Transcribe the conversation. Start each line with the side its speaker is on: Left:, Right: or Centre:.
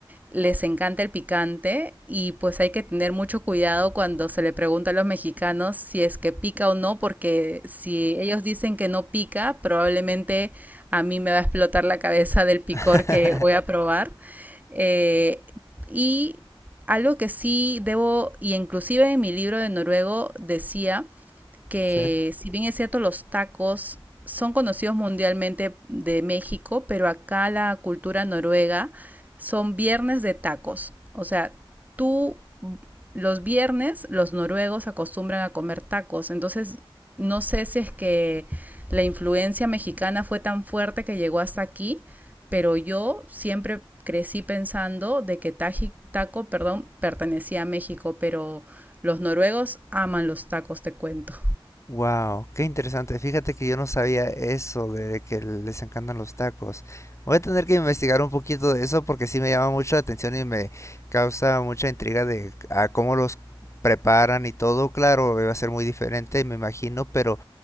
Right: les encanta el picante y pues hay que tener mucho cuidado cuando se le pregunta a los mexicanos si es que pica o no, porque si ellos dicen que no pica, probablemente a mí me va a explotar la cabeza del picor
Left: <laughs>
Right: que voy a probar. Eh, y algo que sí debo, y inclusive en mi libro de noruego decía que
Left: Sí.
Right: si bien es cierto los tacos son conocidos mundialmente de México, pero acá la cultura noruega son viernes de tacos. O sea, tú los viernes los noruegos acostumbran a comer tacos. Entonces, no sé si es que la influencia mexicana fue tan fuerte que llegó hasta aquí, pero yo siempre crecí pensando de que taji, taco, perdón, pertenecía a México, pero los noruegos aman los tacos, te cuento.
Left: Wow, qué interesante. Fíjate que yo no sabía eso de que les encantan los tacos. Voy a tener que investigar un poquito de eso porque sí me llama mucho la atención y me causa mucha intriga de a cómo los preparan y todo. Claro, va a ser muy diferente, me imagino, pero